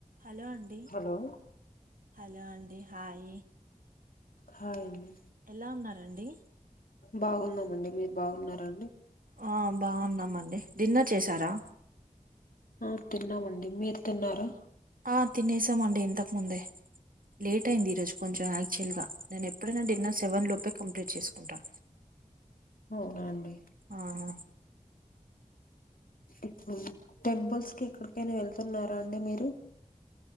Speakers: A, on the right (about 80°); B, on the left (about 85°).
A: హలో అండి
B: హలో
A: హలో అండి హాయ్
B: హాయ్ అండి
A: ఎలా ఉన్నారండి
B: బాగున్నామండి మీరు బాగున్నారా అండి
A: ఆ బాగున్నామండి డిన్నర్ చేసారా
B: ఆ తిన్నామండి మీరు తిన్నారు
A: ఆ తినేసామండి ఇంతకుముందే లేట్ అయింది ఈరోజు కొంచం యాక్చువల్ గా నేను ఎప్పుడైనా డిన్నర్ సెవెన్ లోపే కంప్లీట్ చేసుకుంటా
B: అవున అండి
A: ఆహ
B: ఇప్పుమ్ టెంపుల్స్ కి ఎక్కడికైనా వెళ్తున్నారా అండి మీరు